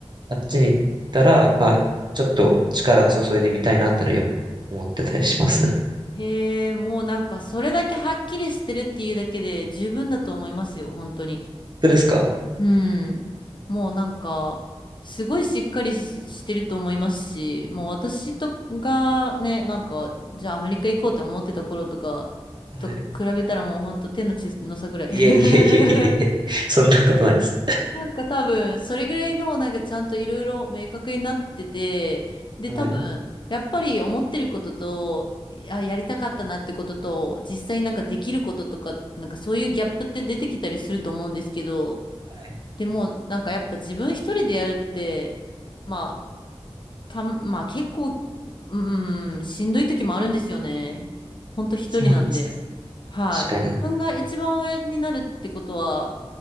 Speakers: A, on the right (about 45°); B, on the left (about 50°).
A: あっちに行ったら、まあ、ちょっと力を注いでみたいなってのはよく思ってたりしますね。
B: へえ、もうなんかそれだけはっきりしてるっていうだけで十分だと思いますよ、本当に。
A: 本当ですか
B: うん。もうなんか、すごいしっかりし、してると思いますし、もう私とがね、なんか、じゃあアメリカ行こうって思ってた頃とか、
A: はい。
B: と比べたらもう本当手の血の差ぐらい。
A: いえいえいえいえいえ。
B: <laughs>
A: そんなことないです。
B: なんか多分、それぐらいの、なんかちゃんといろいろ明確になってて、で、
A: はい。
B: 多分、やっぱり思ってることと、あ、やりたかったなってことと、実際なんかできることとか、なんかそういうギャップって出てきたりすると思うんですけど、
A: はい。
B: でも、なんかやっぱ自分一人でやるって、まあ、た、まあ結構、うん、しんどい時もあるんですよね。ほんと一人なんで。
A: そうなんですね。
B: はい。
A: 確かに。
B: 自分が一番上になるってことは、